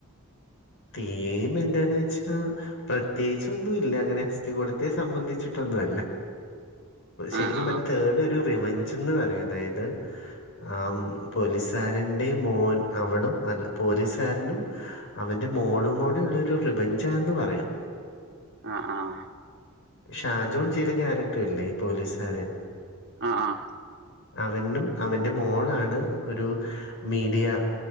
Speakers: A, on the left; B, on the right.
A: തീം എന്താന്ന് വെച്ചാ പ്രത്യേകിച്ചന്നും ഇല്ല അങ്ങനെ അസ്ഥി കൂടത്തെ സംബന്ധിച്ചിട്ട് ഒന്നല്ല ശരിക്കും
B: ആഹ് ആഹ്
A: പറഞ്ഞ തേഡ് ഒരു റിവഞ്ച്ന്ന് പറയാം അതായത് ആ പോലീസുകാരന്റെ മോൻ അവളും അല്ല പോലീസുകാരനും അവന്റെ മോളും കൂടെ ഉള്ള ഒരു റിവഞ്ചാണെന്ന് പറയാം
B: അഹ് ആഹ്
A: ഷാജോൺ ചെയ്ത ക്യാരക്ടർല്ലേ പോലീസുകാരൻ
B: ആഹ് ആഹ്
A: അവനും അവന്റെ മോളാണ് ഒരു മീഡിയ